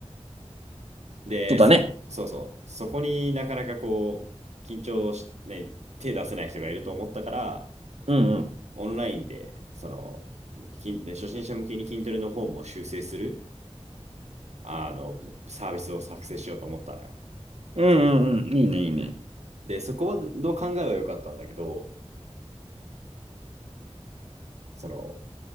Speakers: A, on the right (about 85°); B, on the right (about 65°).
A: で、
B: そうだね。
A: そ、そうそう。そこになかなかこう、緊張し、ね、手出せない人がいると思ったから、
B: うんうん。
A: オンラインで、その、筋で初心者向けに筋トレのフォームを修正する、あの、サービスを作成しようと思ったのよ。
B: うんうんうん。いいね、いいね。
A: で、そこの考えは良かったんだけど、その、